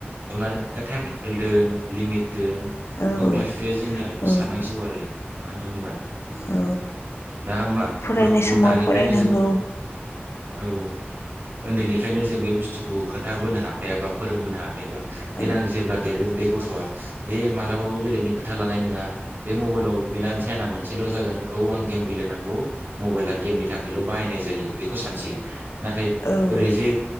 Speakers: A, on the right; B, on the left.
A: टाइमटेबोल दोन लिमिट। दोन
B: औ
A: बेखौ बिमा
B: औ
A: बिफाया जोंनिया एखौ
B: औ
A: साननांसिगौ आरो मानो होनबा।
B: औ
A: दा होमबा गथ'फोरखौ
B: फरायनाय समाव
A: दानिफायनो
B: फरायनांगौ
A: जोंङो औ। ओन्दैनिफायनो जों बे बुस्थुखौ खोनथाबोनो हाखायाबा फोरोंबोनो हाखायाबा।
B: औ
A: देनां जेब्ला देरगोन बे गथ'आ बे मालाबाबो बेलेगनि खोथा लानाय नोंङा बे मबाइलाव। बेना ध्याना मोनसेल जागोन औ आं गेम गेलेनांगौ मबाइला गेमनि थाखायल बाहायनाय जायो। बेखौ सानसिगोन नाथाय
B: औ
A: ओरै जे।